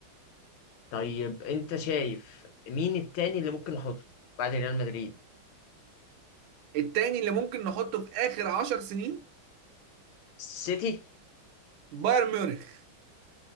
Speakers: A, on the left; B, on the right.
A: طيب انت شايف مين التاني اللي ممكن نحطه بعد ريال مدريد
B: التاني اللي ممكن نحطه في آخر 10 سنين
A: سيتي
B: بايرن ميونخ